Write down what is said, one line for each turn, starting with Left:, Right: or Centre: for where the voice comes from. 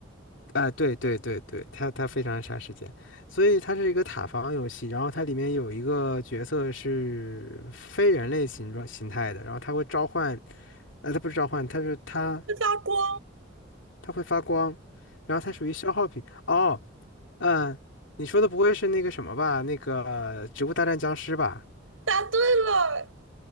Left: 啊，对对对对，它它非常杀时间，所以它是一个塔防游戏，然后它里面有一个角色是非人类形状形态的，然后它会召唤，呃，它不是召唤，它是它
Right: 它发光，
Left: 它会发光，然后它属于消耗品。哦，嗯，你说的不会是那个什么吧？那个呃《植物大战僵尸》吧？
Right: 答对了，